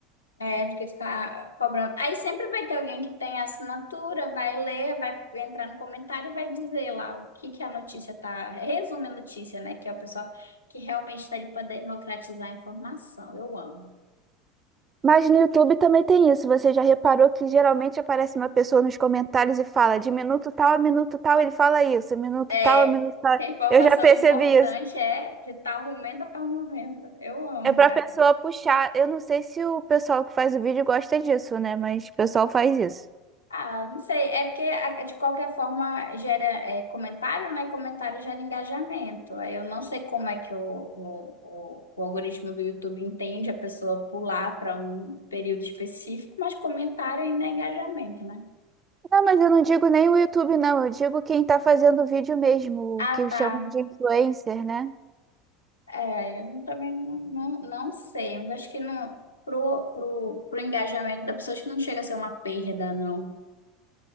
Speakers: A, on the left; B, on the right.
A: É, do que ficar cobrando. Aí sempre vai ter alguém que tem a assinatura, vai ler, vai entrar no comentário e vai dizer lá o que que a notícia tá. Resume a notícia, né? Que é o pessoal que realmente está ali para democratizar a informação. Eu amo.
B: Mas no YouTube também tem isso. Você já reparou que geralmente aparece uma pessoa nos comentários e fala de minuto tal a minuto tal, ele fala isso, minuto
A: É,
B: tal a minuto
A: <laughs>
B: tal.
A: porque a informação
B: Eu já percebi
A: importante
B: isso.
A: é de tal momento a tal momento. Eu amo,
B: É pra
A: cara.
B: pessoa puxar. Eu não sei se o pessoal que faz o vídeo gosta disso, né? Mas o pessoal faz isso.
A: Ah, não sei, é porque a- de qualquer forma gera é, comentário, né? Comentário gera engajamento. Aí Eu não sei como é que o, o, o, o algoritmo do YouTube entende a pessoa pular para um período específico, mas comentário ainda é engajamento, né?
B: Não, mas eu não digo nem o YouTube, não. Eu digo quem tá fazendo o vídeo mesmo,
A: Ah,
B: o que
A: tá.
B: chamam de influencer, né?
A: É, eu também não, não, não sei, mas acho que não, pro, pro, pro engajamento da pessoa, acho que não chega a ser uma perda, não.